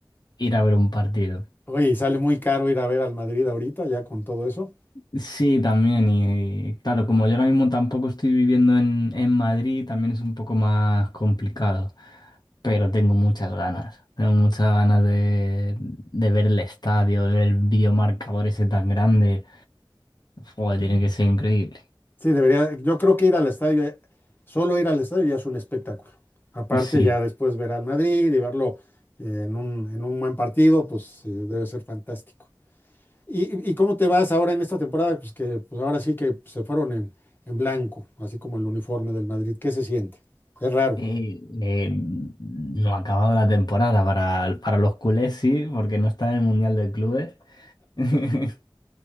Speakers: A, on the left; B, on the left.
A: ir a ver un partido.
B: Oye, y sale muy caro ir a ver al Madrid ahorita, ya con todo eso.
A: Sí, también. Y claro, como yo ahora mismo tampoco estoy viviendo en, en Madrid, también es un poco más complicado. Pero tengo muchas ganas. Tengo muchas ganas de, de ver el estadio, de ver el videomarcador ese tan grande. Joder, tiene que ser increíble.
B: Sí, debería, yo creo que ir al estadio, eh, solo ir al estadio ya es un espectáculo. Aparte,
A: Sí.
B: ya después ver al Madrid y verlo eh, en un, en un buen partido, pues eh, debe ser fantástico. ¿Y, y- cómo te vas ahora en esta temporada? Pues que pues ahora sí que se fueron en, en blanco, así como el uniforme del Madrid. ¿Qué se siente? Es raro.
A: Eh, eh, no ha acabado la temporada para, para los culés, sí, porque no está en el Mundial de Clubes. <laughs>